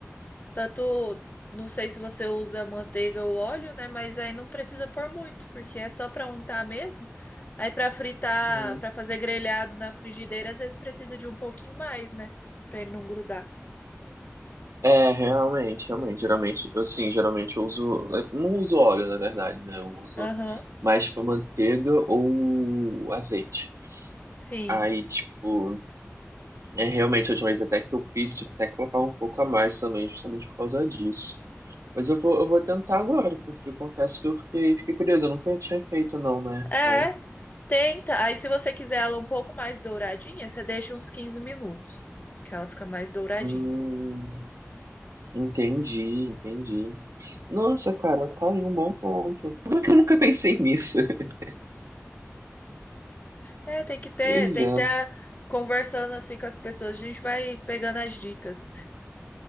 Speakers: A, on the left; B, on the right.
A: tanto, não sei se você usa manteiga ou óleo, né? Mas aí não precisa pôr muito, porque é só para untar mesmo. Aí para fritar,
B: Sim.
A: para fazer grelhado na frigideira, às vezes precisa de um pouquinho mais, né? Para ele não grudar.
B: É, é, realmente, realmente, geralmente, eu sim, geralmente eu uso, eu não uso óleo, na verdade, né, eu uso
A: Aham,
B: mais, tipo, manteiga ou azeite.
A: sim.
B: Aí, tipo, é realmente, a última vez até que eu fiz, tive até que colocar um pouco a mais também, justamente por causa disso. Mas eu vou, eu vou tentar agora, porque eu confesso que eu fiquei, fiquei curioso, eu nunca tinha feito não, né,
A: É,
B: aí,
A: tenta. Aí se você quiser ela um pouco mais douradinha, você deixa uns 15 minutos, que ela fica mais douradinha.
B: hum, entendi, entendi. Nossa, cara, tá aí um bom ponto. Como é que eu nunca pensei nisso? <laughs>
A: É, tem que ter,
B: Pois
A: tem
B: é,
A: que ter a- conversando assim com as pessoas, a gente vai pegando as dicas.